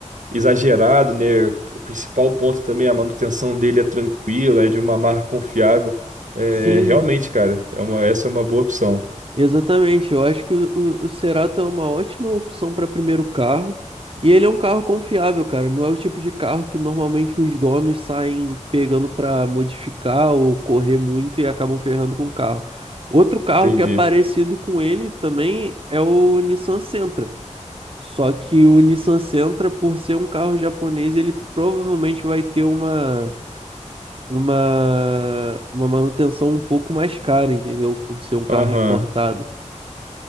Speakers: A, on the right; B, on the right.
A: exagerado, né? O principal ponto também, a manutenção dele é tranquila, é de uma marca confiável. É,
B: Sim,
A: realmente, cara, é uma, essa é uma boa opção.
B: Exatamente, eu acho que o, o, o Cerato é uma ótima opção para primeiro carro e ele é um carro confiável, cara. Não é o tipo de carro que normalmente os donos saem pegando para modificar ou correr muito e acabam ferrando com o carro. Outro carro
A: Entendi.
B: que é parecido com ele também é o Nissan Sentra. Só que o Nissan Sentra, por ser um carro japonês, ele provavelmente vai ter uma, uma, uma manutenção um pouco mais cara, entendeu? Por ser um carro
A: Aham.
B: importado.